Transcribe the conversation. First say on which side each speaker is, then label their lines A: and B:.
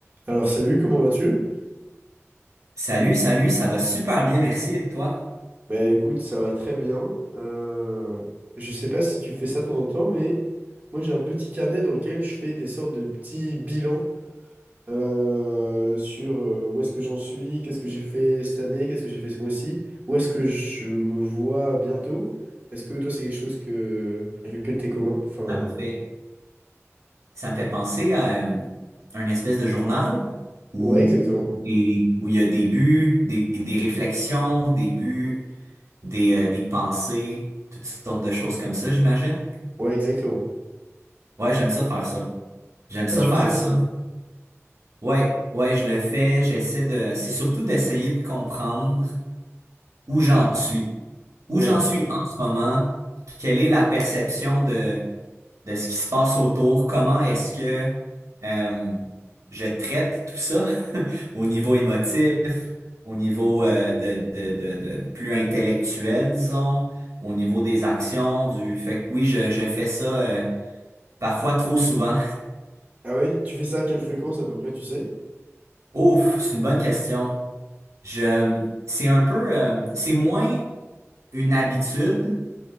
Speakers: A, on the right (about 30°); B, on the right (about 75°).
A: Alors salut, comment vas-tu?
B: Salut, salut, ça va super bien, merci. Et toi?
A: Bah écoute, ça va très bien. Euh, je sais pas si tu fais ça de temps en temps, mais moi j'ai un petit carnet dans lequel je fais des sortes de petits bilans euh, sur euh, où est-ce que j'en suis, qu'est-ce que j'ai fait cette année, qu'est-ce que j'ai fait ce mois-ci, où est-ce que je me vois bientôt. Est-ce que toi c'est quelque chose que avec lequel t'es commun? Enfin,
B: Ça me fait, ça me fait penser à euh, un espèce de journal où,
A: ouais, exactement.
B: où, des- où il y a des buts, des, des réflexions, des buts, des, euh, des pensées, toutes sortes de choses comme ça, j'imagine.
A: Ouais, exactement.
B: Ouais, j'aime ça faire ça. J'aime
A: Ah,
B: ça
A: tu
B: faire
A: fais ça aussi?
B: ça. Ouais, ouais, je le fais. J'essaie de, c'est surtout d'essayer de comprendre où j'en suis, où
A: Ouais.
B: j'en suis en ce moment, quelle est la perception de de ce qui se passe autour, comment est-ce que euh, je traite tout ça <laughs> au niveau émotif, au niveau euh, de, de, de, de plus intellectuel, disons, au niveau des actions, du fait que oui, je, je fais ça euh, parfois trop souvent.
A: Ah oui? Tu fais ça à quelle fréquence à peu près, tu sais?
B: <laughs> Ouf, c'est une bonne question. Je, c'est un peu, euh, c'est moins une habitude